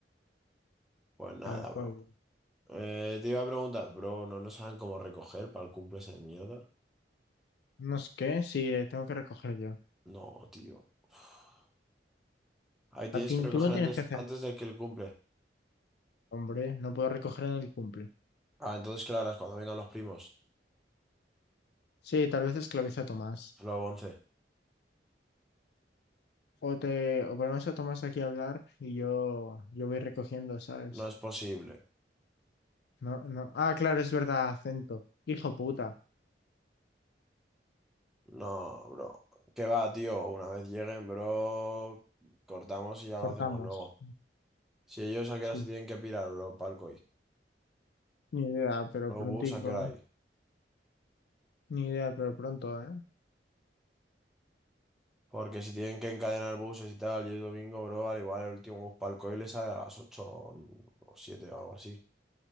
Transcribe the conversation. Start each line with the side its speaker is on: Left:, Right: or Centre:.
Centre: Pues nada,
Left: Tal cual,
Centre: bro.
Left: bro.
Centre: Eh, te iba a preguntar, bro, ¿no, no saben cómo recoger para el cumple ese de mierda?
Left: No sé qué, sí, eh, tengo que recoger yo.
Centre: No, tío. Uf. Ahí tienes
Left: A ti,
Centre: que recoger
Left: tú no tienes
Centre: antes,
Left: que hacer,
Centre: antes de que el cumple.
Left: hombre, no puedo recoger en el cumple.
Centre: Ah, entonces, claro, es cuando vengan los primos.
Left: Sí, tal vez esclaviza a Tomás.
Centre: Luego once
Left: O te, o ponemos a Tomás aquí a hablar y yo, yo voy recogiendo, ¿sabes?
Centre: No es posible.
Left: No, no. Ah, claro, es verdad, acento. Hijo puta.
Centre: No, bro. ¿Qué va, tío? Una vez lleguen, bro, cortamos y ya
Left: Cortamos.
Centre: lo hacemos luego. Si ellos a qué
Left: Sí.
Centre: hora se tienen que pirar, bro, palco hoy.
Left: Ni idea, pero
Centre: Los
Left: prontico.
Centre: bus a qué hora hay.
Left: Ni idea, pero pronto, ¿eh?
Centre: Porque si tienen que encadenar buses y tal, y es domingo, bro, al igual el último bus para el COI le sale a las 8 o 7 o algo así.